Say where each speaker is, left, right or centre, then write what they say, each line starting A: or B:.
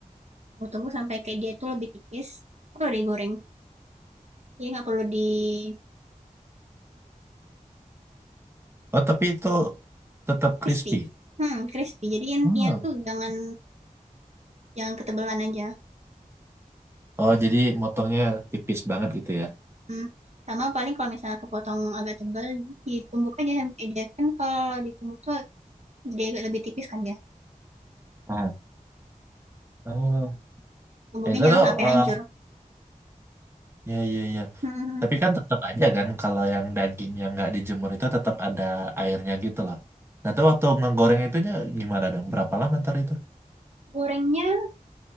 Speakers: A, on the right; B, on the right.
A: tumbuk-tumbuk sampai kayak dia itu lebih tipis baru digoreng jadi nggak perlu dijemur
B: Oh tapi itu tetap
A: crispy
B: crispy.
A: hmm crispy jadi intinya
B: Hmm.
A: tuh jangan jangan ketebalan aja
B: Oh jadi motongnya tipis banget gitu ya.
A: hmm. sama paling kalau misalnya kepotong agak tebal ditumbuk aja sampai dia kan kalau ditumbuk tuh dia agak lebih tipis kan ya
B: Ah. Oh,
A: tumbuknya
B: Eh, itu
A: jangan
B: tuh
A: sampai
B: eh,
A: hancur
B: ya ya ya
A: Hmm
B: Tapi kan tetap aja kan kalau yang dagingnya nggak dijemur itu tetap ada airnya gitu loh. Nah, tuh waktu ngegoreng itunya gimana dong? Berapa lama ntar itu?
A: gorengnya